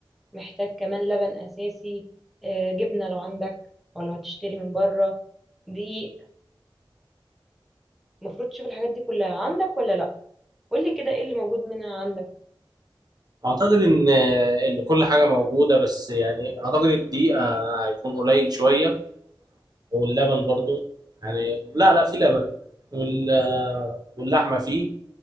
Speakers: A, in the centre; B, on the right.
A: محتاج كمان لبن اساسي آه، جبنه لو عندك او لو هتشتري من بره دقيق المفروض تشوف الحاجات دي كلها عندك ولا لا قول لي كده ايه اللي موجود منها عندك
B: اعتقد ان ان كل حاجه موجوده بس يعني اعتقد الدقيق آه، هيكون قليل شويه واللبن برضو يعني لا لا في لبن وال آه، واللحمه فيه